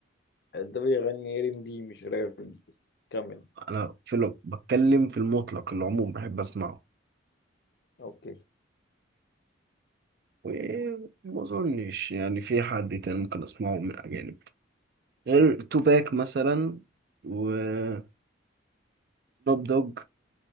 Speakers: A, on the left; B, on the right.
A: ده بيغني ار ام بي مش راب بس كمل
B: انا في لو بتكلم في المطلق العموم بحب اسمعه
A: اوكي
B: وما اظنش يعني في حد تاني ممكن اسمعه من اجانب غير توباك مثلا وسنوب دوج